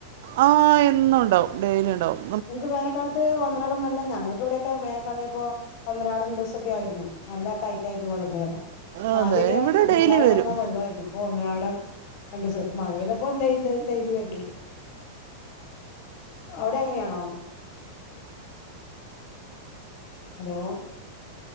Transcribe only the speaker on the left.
നിങ്ങക്ക് വേനക്കാലത്ത് ഒന്നരാടം നല്ല ഞങ്ങൾ ഇവിടെയൊക്കെ വേനക്കാല ആയപ്പോ ഒന്നരാടം രണ്ട് ദിവസോക്കെ ആയിരുന്നു നല്ല ടൈറ്റ് ആയിരുന്നു വള്ളത്തിന് വരെ
ആദ്യൊക്കെ
ഫുള്ളായി
വന്ന വെള്ളായിരുന്നു അപ്പൊ ഒന്നരാടം രണ്ടൂസം മഴ പെയ്തപ്പ ഡേ ഡെയിലി വര്ന്ണ്ട് അവ്ടെ അങ്ങനെണോ ഹലോ